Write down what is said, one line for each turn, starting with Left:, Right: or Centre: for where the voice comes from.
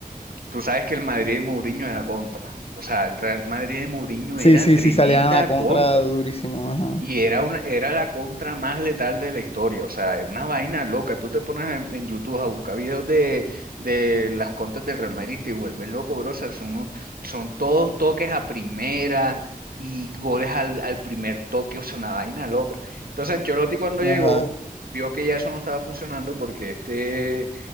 Right: tú sabes que el Madrid de Mourinho era contra. O sea, el Real Madrid de Mourinho
Left: Sí,
Right: era
Left: sí,
Right: tremenda
Left: sí, salían a la contra
Right: contra.
Left: durísimo, ajá.
Right: Y era, una, era la contra más letal de la historia, o sea, es una vaina loca. Tú te pones en, en YouTube a buscar videos de, de las contras del Real Madrid y te vuelves loco, bro. O sea, son, unos- son todos toques a primera y goles al, al primer toque, o sea, una vaina loca. Entonces, Ancelotti cuando llegó,
Left: Ajá,
Right: vio que ya eso no estaba funcionando porque este,